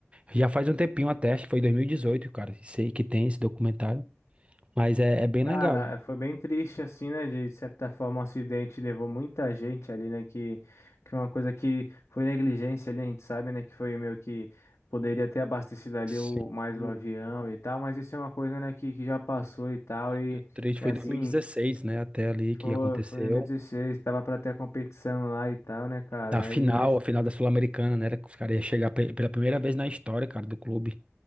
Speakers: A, on the right; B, on the left.
A: Já faz um tempinho até, acho que foi em dois mil e dezoito cara. Sei que tem esse documentário, mas é, é bem legal.
B: Cara, é, foi bem triste assim, né? De certa forma, o acidente levou muita gente ali, né? Que, que uma coisa que foi negligência ali, a gente sabe, né? Que foi meio que poderia ter abastecido ali
A: Sim.
B: o, mais
A: O
B: o avião e tal, mas isso é uma coisa, né? Que, que já passou e tal. E,
A: do três foi
B: e assim,
A: em 2016, né? Até ali que
B: foi,
A: aconteceu.
B: foi em 2016, tava pra ter a competição lá e tal, né, cara?
A: Da final,
B: e
A: a final da Sul-Americana, né? era que Os caras iam chegar pe- pela primeira vez na história, cara, do clube.